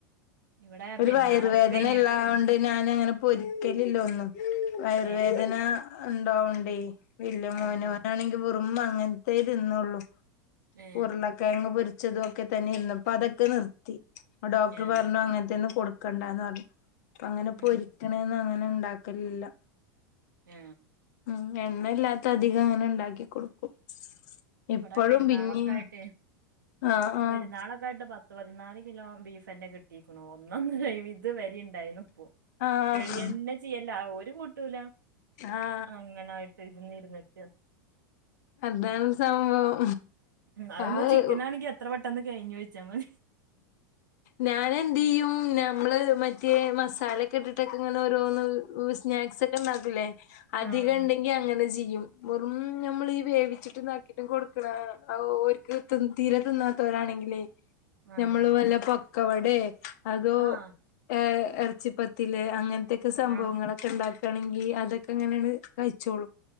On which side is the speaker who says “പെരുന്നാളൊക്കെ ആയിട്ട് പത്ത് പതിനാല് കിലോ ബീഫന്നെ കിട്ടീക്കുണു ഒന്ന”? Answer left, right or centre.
Right